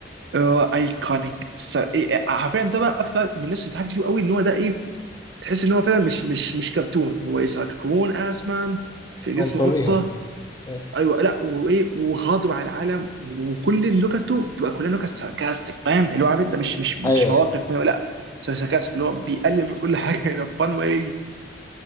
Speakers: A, on the right; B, on the left.
A: هو ايكونيك س- إيه- إيه، حرفيا ده بقى اكتر من الناس اللي ضحكت فيه قوي ان هو ده ايه تحس ان هو فعلا مش مش مش كرتون هو اذا كرتون اسمان في جسم
B: هو مطريها
A: قطه
B: يس
A: ايوه لا وايه وغاضب على العالم وكل لغته بتبقى كلها لغه ساركاستيك فاهم اللي هو عارف انت مش مش مش
B: ايوه
A: مواقف
B: ايوه
A: كوميدية، لا ساركاستيك اللي هو بيقلل من كل حاجه <laughs> الى فان وايه